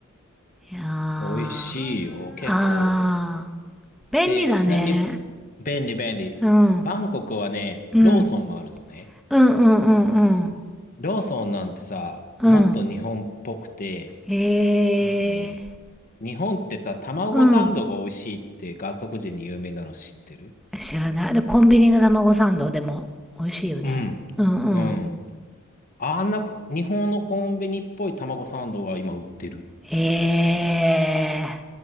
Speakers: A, in the centre; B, on the left.
A: いやーあ
B: 美味しいよ、結構。
A: あー。便利だね。
B: で、ちなみに、便利便利。
A: うん。
B: バンコクはね、
A: うん。
B: ローソンもあるのね。
A: うんうんうん
B: ローソンなんてさ、
A: うん。
B: もっと日本っぽくて、
A: うん。へえ
B: なんかね、日本ってさ、卵サンドが美味しいって外国人に有名なの知ってる
A: ー。うん。知らない。で、コンビニの卵サンドでも美味しいよね。
B: うん。
A: うんうん。
B: うん。あんな、日本のコンビニっぽい卵サンドが今売ってる。
A: へえー。